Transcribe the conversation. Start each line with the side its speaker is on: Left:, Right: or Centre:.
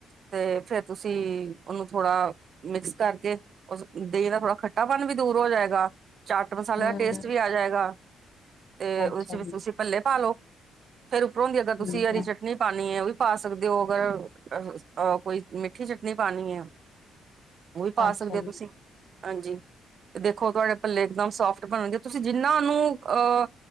Right: ਤੇ ਫੇਰ ਤੁਸੀਂ ਉਹਨੂੰ ਥੋੜਾ ਮਿਕਸ ਕਰਕੇ ਉਸ ਦਹੀਂ ਦਾ ਥੋੜਾ ਖੱਟਾਪਨ ਵੀ ਦੂਰ ਹੋ ਜਾਏਗਾ, ਚਾਟ ਮਸਾਲਾ
Left: ਹਮ
Right: ਜਾਏਗਾ ਤੇ ਉਹਦੇ
Left: ਅੱਛਾ
Right: ਵਿੱਚ
Left: ਜੀ
Right: ਤੁਸੀਂ ਪੱਲੇ ਪਾਲਓ ਫੇਰ ਉਪਰੋਂ ਹੁੰਦੀ ਅਗਰ ਤੁਸੀਂ
Left: ਠੀਕ
Right: ਹਰੀ
Left: ਹੈ,
Right: ਚੱਟਨੀ ਚਟਨੀ ਪਾਨੀ ਏ ਉਹ ਵੀ ਪਾ ਸਕਦੇ ਹੋ। ਅਗਰ ਅ ਅਹ ਕੋਈ ਮਿੱਠੀ ਚਟਨੀ ਪਾਣੀ ਏ
Left: <inaudible>
Right: ਉਹ ਵੀ ਪਾ
Left: ਅੱਛਾ
Right: ਸਕਦੇ ਤੁਸੀਂ
Left: ਜੀ।
Right: ਹਾਂਜੀ, ਤੇ ਦੇਖੋ ਤੁਹਾਡੇ ਪੱਲੇ ਇਕਦਮ ਸੋਫਟ ਬਣਗੇ ਤੁਸੀਂ ਜਿੰਨਾ ਨੂੰ ਅਹ